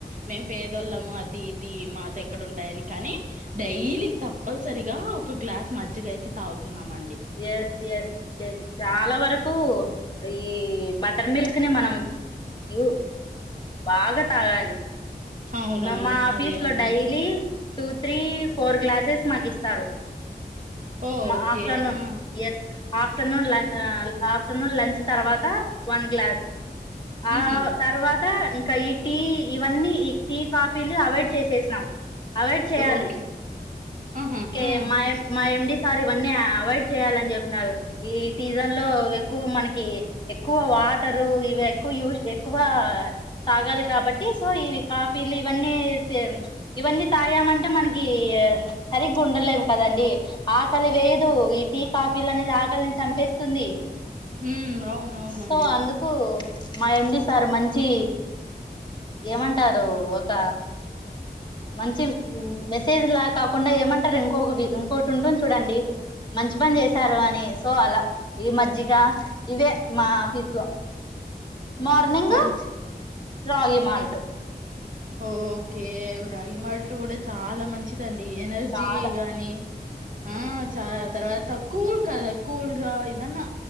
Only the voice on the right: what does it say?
మేము పేదోళ్ళము అది ఇది మాత ఎక్కడ ఉంటాయని కానీ డైలీ తప్పన్ సరిగా ఒక గ్లాస్ మజ్జి అయితే తాగుతున్నామండి
అవునవును
అదే
అండి
ఓ
ఓకే
ఆ
ఉహు
ఓకే ఆహా
ఆ
ఉమ్ అవునవునండి
మంచి
ఆ ఓకే రాగి మల్ట్ కూడా చాలా మంచిదండి ఎనర్జీ
గాని ఆ చాలా తర్వాత కూల్ కద కూల్గా ఏదన్న